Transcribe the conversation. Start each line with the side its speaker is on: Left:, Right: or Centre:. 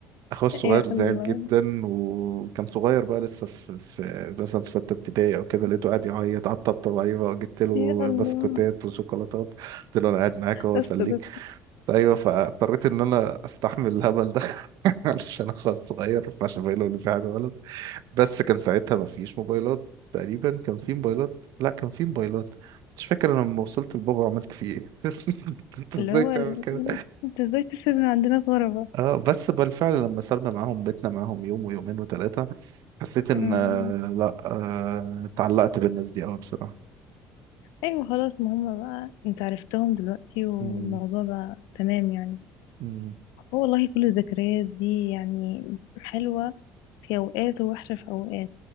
Right: اخويا الصغير
Left: يا
Right: زعل
Left: الله
Right: جدا وكان صغير بقى لسه في, في مثلا في سته ابتدائي او كده لقيته قاعد يعيط على الطبطب عليه بقى وجبت له
Left: يا الله
Right: بسكوتات وشوكولاتات قلت له انا قاعد معاك اهو
Left: أستاذ
Right: اسليك ايوه فاضطريت ان انا استحمل الهبل ده <laughs> علشان اخويا الصغير فعشان باين له ان في حاجه غلط بس كان ساعتها ما فيش موبايلات تقريبا كان في موبايلات لا كان في موبايلات مش فاكر انا لما وصلت لبابا عملت فيه ايه <laughs> انت ازاي
Left: اللي هو
Right: تعمل
Left: ال...
Right: كده
Left: أنت إزاي تسيبنا عندنا في غربة؟
Right: اه بس بالفعل لما سابنا معاهم بيتنا معاهم يوم ويومين وثلاثة حسيت ان
Left: أمم.
Right: آه، لا آه، اتعلقت بالناس دي قوي بصراحة
Left: أيوة خلاص ما هما بقى أنت عرفتهم دلوقتي والموضوع
Right: مم،
Left: بقى تمام يعني
Right: مم،
Left: هو والله كل الذكريات دي يعني حلوة في أوقات ووحشة في أوقات